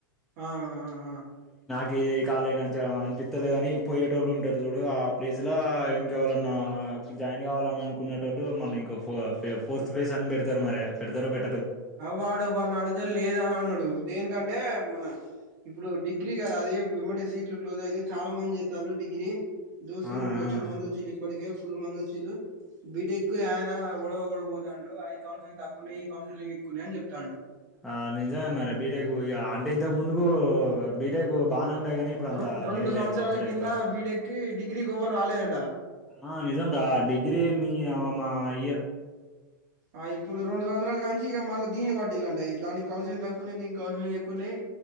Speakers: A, on the right; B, in the centre.
A: ఆ ఆ ఆ
B: గీ కాలేజ్ మంచిగ అనిపిత్తలేదని పోయేటోళ్ళు ఉంటరు చూడు ఆ ప్లేస్లో ఇంకెవళన్నా జాయిన్ కావాలని అనుకునేటోళ్ళు మళ్ళీ ఇంకో ఫోర్త్ ఫేస్ అని పెడతరు మరే పెడతారో పె
A: వాడు వాడిని అడిగితే లేదని అన్నడు దేనికంటే మన ఇప్పుడు డిగ్రీ కదా అది వెమ్మటి సీట్లు క్లోజ్ అయితయి చాలా మంది చెత్తాళ్లు డిగ్రీ దోస్తు
B: ఆ
A: బొచ్చేడు
B: ఆ
A: మంది వచ్చిళ్ళు ఇప్పటికే ఫుల్ మంది వచ్చిళ్లు బిటెక్ అయిన ఎవడో ఒకడు పోతాండు అవి కౌన్సిలింగ్ తక్కువున్నయి ఈ కౌన్సిలింగ్ ఎక్కువున్నయి అని చెప్తాండు
B: ఆ నిజమే మరి బీటెక్ పోయి ఆ అంటే ఇంతకు ముందుకు బీటెక్ బానే ఉండే కానీ ఇప్పుడు అంత
A: రొ రెండు
B: లేదులే
A: సంవత్సరాల
B: చేత్తలే
A: కింద
B: ఎక్కువ
A: బీటెక్ కి డిగ్రీకి ఎవ్వరు రాలేదంట
B: ఆ నిజం రా డిగ్రీ నియవ్వ మా అయ్య
A: ఆ ఇప్పుడు రెండు సంవత్సరాల కాంచి మళ్ళ దీన్ని పట్టిల్లంట దానికి కౌన్సిలింగ్ తక్కువున్నయి దీనికి కౌన్సిలింగ్ ఎక్కువున్నయి